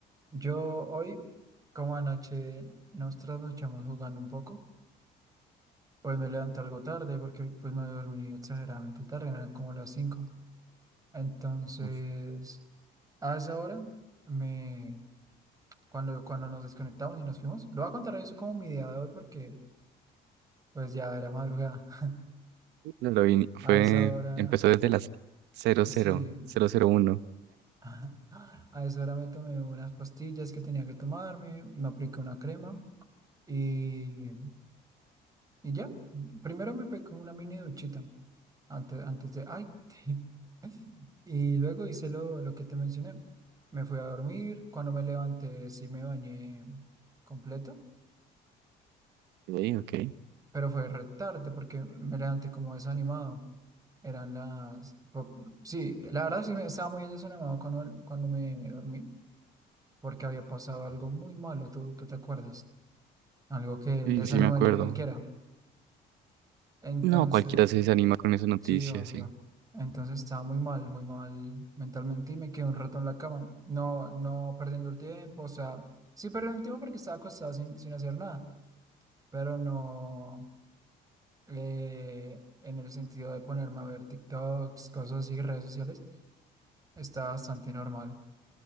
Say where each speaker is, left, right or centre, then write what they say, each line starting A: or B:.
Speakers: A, on the right; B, on the right.
A: yo hoy, como anoche, nos trasnochamos jugando un poco. Pues me levanté algo tarde porque pues me dormí exageradamente tarde, eran como las cinco Entonces,
B: uf,
A: a esa hora, me, cuando, cuando nos desconectamos y nos fuimos, lo voy a contar eso como mi día de hoy porque pues ya era madrugada. <laughs>
B: no lo vi- ni- fue,
A: A esa hora,
B: empezó desde las cero cero
A: sí,
B: cero 001.
A: <laughs> a esa hora me tomé unas pastillas que tenía que tomarme, me apliqué una crema y, y ya. Primero me pegué como una mini duchita antes, antes de, ay. <laughs> Y luego hice lo, lo que te mencioné. Me fui a dormir. Cuando me levanté, sí me bañé completo,
B: Ok, <laughs> ok.
A: pero fue re tarde porque me levanté como desanimado. Eran las... po- Sí, la verdad sí me estaba muy desanimado cuando, cuando me dormí porque había pasado algo muy malo, ¿tú, tú te acuerdas? Algo que
B: Sí,
A: desanimaría
B: sí, me acuerdo.
A: a cualquiera. Entonces...
B: No, cualquiera se desanima con esa noticia,
A: Sí, obvio.
B: sí.
A: Entonces estaba muy mal, muy mal mentalmente y me quedé un rato en la cama. No, no perdiendo el tiempo, o sea, sí perdiendo el tiempo porque estaba acostado sin, sin hacer nada, pero no eh, en el sentido de ponerme a ver TikToks, cosas así, redes sociales, está bastante normal.